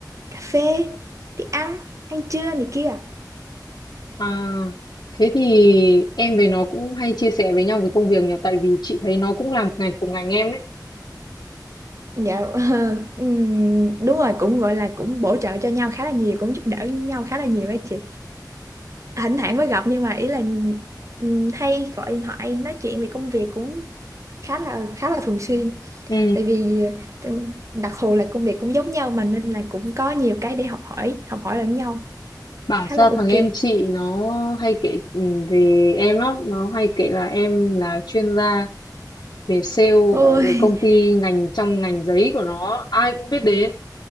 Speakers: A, on the right; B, on the left.
A: cà phê đi ăn ăn trưa này kia
B: À, thế thì em với nó cũng hay chia sẻ với nhau về công việc nhỉ, tại vì chị thấy nó cũng làm ngành cùng ngành em ấy.
A: Dạ <laughs> ờ, ừm, đúng rồi cũng gọi là cũng bổ trợ cho nhau khá là nhiều cũng giúp đỡ nhau khá là nhiều ấy chị thỉnh thoảng mới gặp nhưng mà ý là ừm, hay gọi điện thoại nói chuyện về công việc cũng khá là khá là thường xuyên
B: Ừ,
A: tại vì ừm, đặc thù là công việc cũng giống nhau mà nên là cũng có nhiều cái để học hỏi học hỏi lẫn nhau
B: bảo
A: khá
B: sao
A: là ok
B: thằng em chị nó hay kể ừ, về em lắm, nó hay kể là em là chuyên gia về sale ở
A: ôi
B: cái công
A: <laughs>
B: ty ngành trong ngành giấy của nó, ai cũng biết đến.